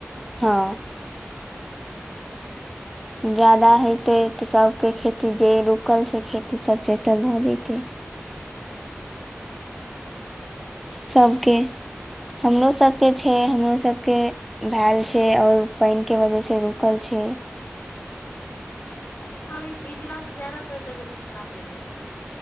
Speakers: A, in the centre; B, on the left (about 45°).
A: हँ। ज्यादा हेतै तऽ, सभके खेती जे रुकल छै, खेती सभ से सभ भऽ जेतै। सभके हमरो सभके छै, हमरो सभके भैल छै, और पानि के वजहसँ रुकल छै।
B: और अभी भीजला से ज्यादातर तबियत खराब होइत अछि।